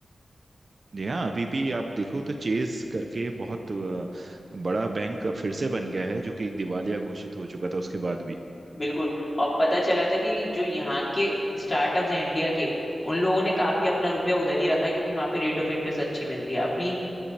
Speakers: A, on the right; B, on the left.
A: जी हाँ अभी भी आप देखो तो चेज करके बहुत अ, बड़ा बैंक अब फिर से बन गया है जो कि एक दिवालिया घोषित हो चुका था उसके बाद भी
B: बिल्कुल और पता चला था कि जो यहाँ के स्टार्टअप्स हैं इंडिया के उन लोगों ने काफी अपना रुपया उधर ही रखा है क्योंकि वहां पे रेट ऑफ इंटरेस्ट अच्छी मिलती है अपनी